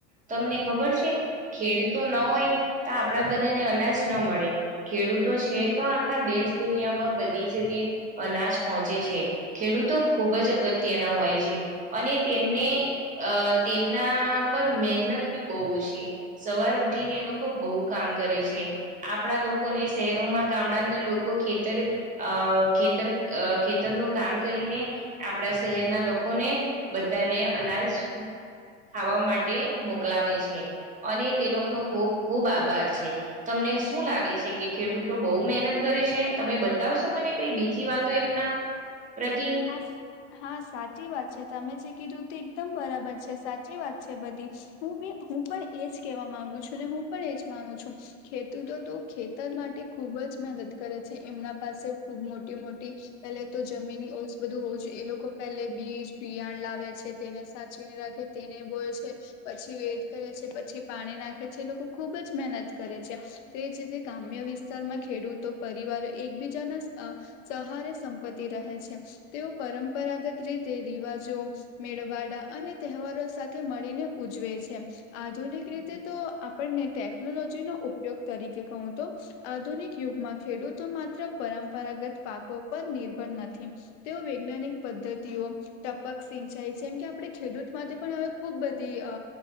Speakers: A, on the right (about 20°); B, on the left (about 65°).
A: તમને ખબર છે ખેડૂત તો ન હોય તો આપડા બધા ને અનાજ ન મળે ખેડૂતો છે. તો આખા દેશ દુનિયામાં બધી જગ્યા અના પહોચે છે. ખેડૂતો ખુબ જ અગત્યના હોય છે અને ને અ તેમના પર મહેનત બી બઉ છે. સવાર ઉઠીને એ લોકો બહુ કામ કરે છે. આપણા લોકોને શહેરોમાં ગામડાના લોકો ખેતર અ અ ખેતર અ ખેતરનું કામ કરીને આપણા શહેરના લોકોને બધાને અનાજ ખાવા માટે તે મોકલાવે છે. અને તે લોકોનો ખૂબ ખૂબ આભાર છે. તમને શું લાગે છે કે ખેડૂતો બહુ મહેનત કરે છે. તમે બતાવશો મને કઈ બીજી વાતો એમના પ્રતિ
B: હા સાહા સાચી વાત છે. તમે જે કીધુ તે એકદમ બરાબર છે. સાચી વાત છે. બધી હું બી હું પણ એજ કવા માંગુ છું ને હું પણ એજ માનું છું. ખેતૂતો તો ખેતર માટે ખુબ જ મહેનત કરે છે. એમના પાસે ખૂબ મોટી મોટી પેલે તો જમીન ઓ બધું હોવુ જોએ એ લોકો પહેલે બીજ બિયાણ લાવે છે. તેને સાચવીને રાખે તેને બોયે છે. પછી વેઇટ કરે છે. પછી પાણી નાખે છે. એ લોકો ખુબ જ મહેનત કરે છે. તે જ રીતે ગામે અ વિસ્તારમાં ખેડૂતો પરિવારો એકબીજાના અ સહારે સંપત્તિ રહે છે. તેઓ પરંપરાગત રીતે રિવાજો, મેળવાડા અને તહેવારો સાથે મળીને ઉજવે છે. આધુનિક રીતે તો આપડને ટેકનોલોજીનો ઉપયોગ તરીકે કહું, તો આધુનિક યુગમાં ખેડૂતો માત્ર પરંપરાગત પાકો પર નિર્ભર નથી. તેઓ વૈજ્ઞાનિક પદ્ધતિઓ ટપક સિંચાઈ જેમ કે આપડે ખેડૂત માટે પણ હવે ખુબ બધી અ